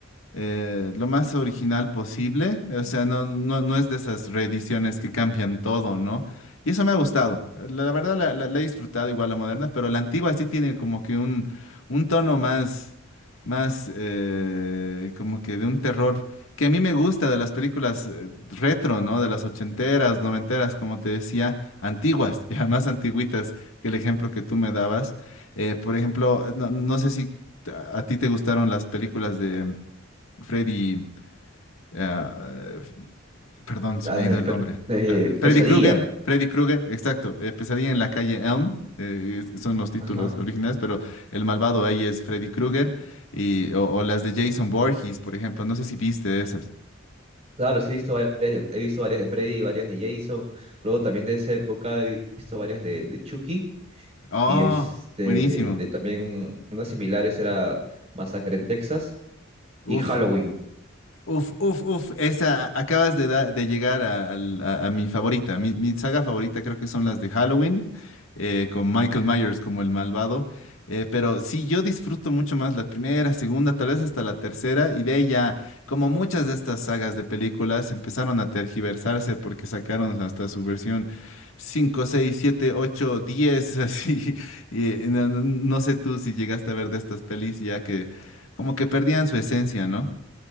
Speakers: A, on the left (about 80°); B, on the right (about 35°).
A: eh, lo más original posible. O sea, no, no, no es de esas reediciones que cambian todo, ¿no? Y eso me ha gustado. La, la verdad la, la- la he disfrutado igual la moderna, pero la antigua sí tiene como que un, un tono más, más eh, como que de un terror que a mí me gusta de las películas eh, retro, ¿no? De las ochenteras, noventeras, como te decía, antiguas, <laughs> ya más antigüitas que el ejemplo que tú me dabas. Eh, por ejemplo, no, no sé si a a ti te gustaron las películas de, Freddy, eh, eh, perdón, se
B: A
A: me
B: las
A: ha ido
B: de,
A: el
B: Fre-
A: nombre.
B: de
A: La- Freddy
B: Pesadilla,
A: Krueger, Freddy Krueger, exacto. eh, Pesadilla en la calle Elm, eh, es- son los títulos
B: ajá.
A: originales, pero el malvado ahí es Freddy Krueger y o, o las de Jason Voorhees, por ejemplo. No sé si viste esas.
B: Claro, sí he visto varias, de- he visto varias de Freddy, varias de Jason. Luego también de esa época he visto varias de, de Chucky
A: Oh,
B: y este,
A: buenísimo.
B: de también unas similares era Masacre en Texas
A: Uf,
B: y Halloween.
A: Uf, uf, uf, esa, acabas de, da- de llegar a, al- a- a mi favorita. Mi, mi saga favorita creo que son las de Halloween, eh, con Michael Myers como el malvado. Eh, pero sí, yo disfruto mucho más la primera, segunda, tal vez hasta la tercera, y de ahí ya, como muchas de estas sagas de películas, empezaron a tergiversarse porque sacaron hasta su versión 5, 6, 7, 8, diez. así. <laughs> Y no, no no sé tú si llegaste a ver de estas pelis ya que como que perdían su esencia, ¿no?